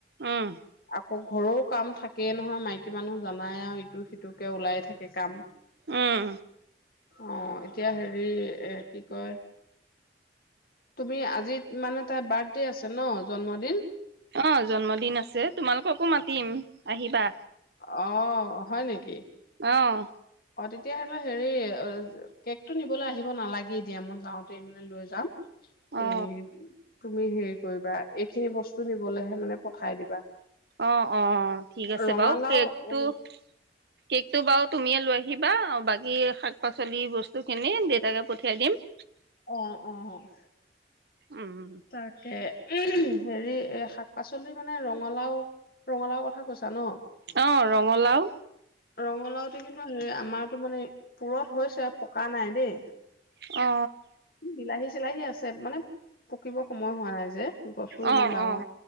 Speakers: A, on the right; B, on the left.
A: উম
B: আকৌ ঘৰৰ কাম থাকে তাকে নহয় মাইকী মানুহ জানাই আৰু ইটো সিটো ওলাই থাকে কাম
A: উম।
B: অ এতিয়া হেৰি এ কি কয় তুমি আজি মানে তাই বাৰ্থডে আছে ন জন্মদিন।
A: অ জন্মদিন আছে তোমালোককো মাতিম। আহিবা।
B: অ' হয় নেকি?
A: অ'
B: অ' তেতিয়াাহলেও হেৰি অ কেক টো নিবলৈ আহিব নালাগে এ দিয়া মই যাওঁতে মানে লৈ যাম।
A: অ
B: উ তুমি হেৰি কৰিবা এইখিনি বস্তু নিবলৈহে মানে পঠাই দিবা
A: অ' অ' ঠিক আছে
B: ৰঙালাও
A: বাৰু কেকটো
B: অ
A: কেক টো বাৰু তুমিয়ে লৈ আহিবা বাকী শাক পাচলি বস্তু খিনি দেউতাকে পঠিয়াই দিম।
B: অ' অ' অ'।
A: উম
B: তাকে উ হেৰি এ শাক পাচলি মানে ৰঙালাও ৰঙালাও কথা কৈছ ন
A: অ ৰঙালাও
B: ৰঙালাওতে কিন্তু হ আমাৰতো মানে পূুৰত হৈছে আৰু। থকা নাই দেই
A: অ
B: বিলাহী। চিলাইহি আছে মানে পকিব সময় হোৱা নাই যে গছো
A: অ
B: ইমান ডাঙৰ
A: অ